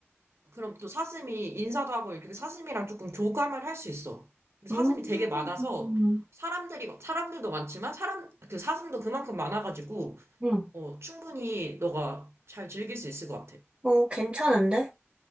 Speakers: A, on the right; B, on the right.
A: 그럼 또 사슴이 인사도 하고 이렇게 사슴이랑 조금 교감을 할 수 있어. 그리고
B: 음,
A: 사슴이 되게 많아서 사람들이 사람들도 많지만 사람 그 사슴도 그만큼 많아가지고
B: 응.
A: 어 충분히 너가 잘 즐길 수 있을 것 같아.
B: 어, 괜찮은데?